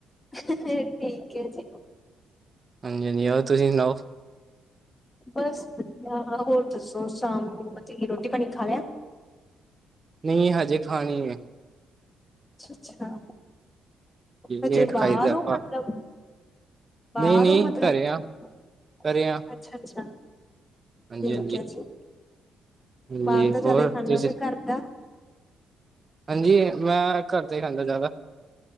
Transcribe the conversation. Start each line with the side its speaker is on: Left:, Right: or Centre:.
Left: ਠੀਕ ਏ ਜੀ।
Right: ਹਾਂਜੀ ਹਾਂਜੀ, ਓ ਤੁਹੀ ਸੁਣਾਓ।
Left: ਬਸ ਵਧੀਆ ਹੋਰ ਦੱਸੋ ਸ਼ਾਮ ਨੂੰ ਮਤੀ ਰੋਟੀ-ਪਾਣੀ ਖਾ ਲਯਾ।
Right: ਨਈ ਹੱਜੇ ਖਾਣੀ ਏ।
Left: ਅੱਛਾ-ਅੱਛਾ ਹਜੇ
Right: ਲੇਟ
Left: ਬਾਰ
Right: ਖਾਈ ਦਾ ਆਪਾਂ
Left: ਓ ਮਤਲਬ ਬਾਰ
Right: ਨਹੀਂ ਨਹੀਂ
Left: ਓ ਮਤਲਬ
Right: ਘਰੇ ਆ
Left: ਅ
Right: ਘਰੇ ਆ
Left: ਅੱਛਾ-ਅੱਛਾ
Right: ਹਾਂਜੀ
Left: ਠੀਕ
Right: ਹਾਂਜੀ
Left: ਐ ਜੀ।
Right: ਹਾਂਜੀ
Left: ਬਾਰ ਦਾ ਜਿਆਦਾ
Right: ਹੋਰ
Left: ਖਾਣੇ
Right: ਤੁਸੀਂ
Left: ੳ ਕੇ ਘੱਰ ਦਾ?
Right: ਹਾਂਜੀ, ਮੈਂ ਘੱਰ ਦਾ ਈ ਖਾਂਦਾ ਜ਼ਿਆਦਾ।